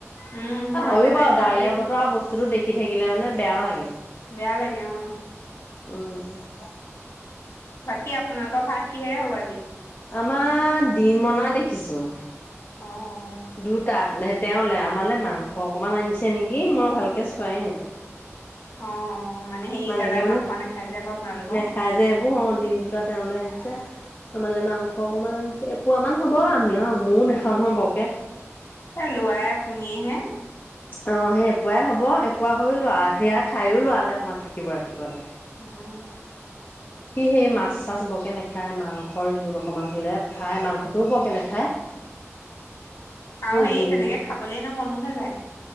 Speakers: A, on the left; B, on the left.
A: উম তাৰপাছত
B: এ' হয়ো বাৰু।
A: নেখাও
B: ডাৱৰীয়া
A: দেই
B: বতৰ, আৰু বস্তুতো দেখি থাকিলে মানে বেয়াও লাগে।
A: বেয়া লাগে অঁ'।
B: উমঁ।
A: বাকী' আপোনালোকৰ ভাত কিহেৰে হ'ব আজি?
B: আমা ডিম অনা দেখিছোঁ।
A: অঁহ'।
B: দুটাত তেওঁলে, আমালে মাংস অকণমান আনিছে নেকি মই ভালকে চোৱাই নাই।
A: অ অ মানে হেৰি
B: মালিকে
A: দাদাই
B: মানে
A: মাংস নাখায় যে আকৌ আপোনালোকৰ।
B: নেখায় যে এইবোৰ অঁ' ডিম দুটাত- তেওঁলে আনিছে। আমালে মাংস অকণমান আনিছে, এপোৱা মান হ'ব আমিও মও নেখাওঁ নহয় বৰকে।
A: এ' ল'ৰাই আপুনিয়ে'হে।
B: অঁ', সেই এপোৱাই হ'ব, এপোৱা হৈও ল'ৰা সেয়া খাইয়ো ল'ৰালে অকণমান- ৰাতিপুৱালে।
A: উম
B: সি সেই মাছ-চাছ বৰকে নাখায় মাং- খৰ জোল অকণমান হ'লে খায় মাংসটোও বৰকে নেখায়।
A: আৰু সেই
B: জোলটো
A: তেনেকে খাবলৈ নো মনো নাযায়।